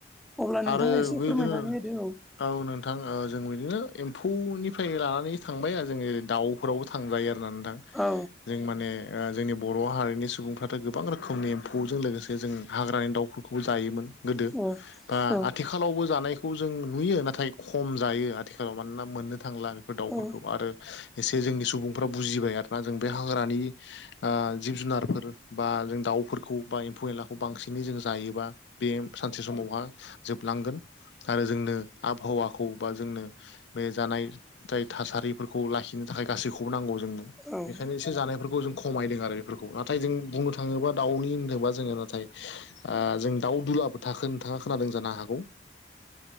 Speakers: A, in the centre; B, on the left (about 75°).
A: अब्ला नोंथाङा
B: आरो
A: एसे
B: बैदिनो
A: फोरमायनानै
B: औ
A: होदो
B: नोंथां ओ जों बिदिनो एम्फौनिफ्राय लानानै थांबाय आरो जोङो दाउ फोरावबो थांजायो आरोना नोंथां
A: औ
B: जों माने जोंनि बर' हारिनि सुबुंफ्राथ' गोबां रोखोमनि एम्फौजों लोगोसे जों हाग्रानि दाउ बो जायोमोन गोदो
A: औ
B: बा आथिखाल
A: औ
B: आथिखालावबो जानायखौ जों नुयो नाथाय खम जायो आथिखालाव मानोना मोननो थांला दाउफोरखौ
A: औ
B: आरो एसे जोंनि सुबुंफ्रा बुजिबाय आरो ना जों बे हाग्रानि जिब जुनारफोर बा जों दाउफोरखौ बा एम्फौ एनलाखौ बांसिनै जों जायोबा बे सानसे समावहा जोबलांगोन आरो जोंनो आबहावाखौ बा जोंनो बे जानाय जाय थासारिफोरखौ लाखिनो थाखाय गासैखौबो नांगौ जोंनो
A: औ औ
B: बेखायनो एसे जानायफोरखौ जों खमायदों आरो बेफोरखौ नाथाय जों बुंनो थाङोबा दाउनि होनोबा आ जों <unintelligible> नोंथा खोनादों जानो हागौ